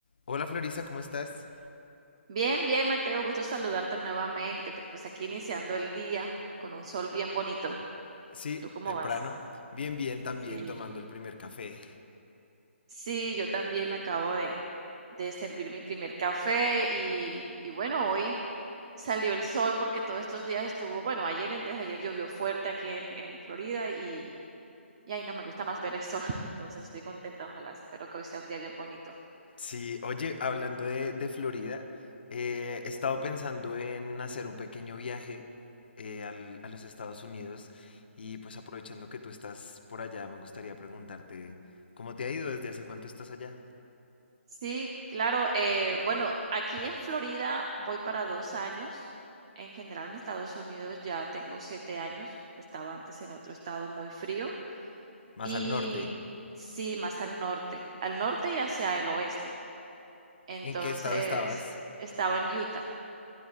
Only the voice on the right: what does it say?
Bien, bien, Mateo, gusto saludarte nuevamente. Pues aquí iniciando el día con un sol bien bonito.
¿Tú cómo
vas?
Sí,
Sí, yo también me acabo de, de servir mi primer café y, y bueno, hoy salió el sol porque todos estos días estuvo, bueno, ayer, antes de ayer llovió fuerte aquí en, en Florida y, y ahí no me gusta más ver el sol, <laughs> entonces estoy contenta, ojalá, espero que hoy sea un día bien bonito.
Sí, claro. eh, bueno, aquí en Florida voy para dos años. En general, en Estados Unidos ya tengo siete años. Estaba antes en otro estado muy frío.
Y
sí, más al norte, al norte y hacia el oeste. Entonces,
estaba en Utah.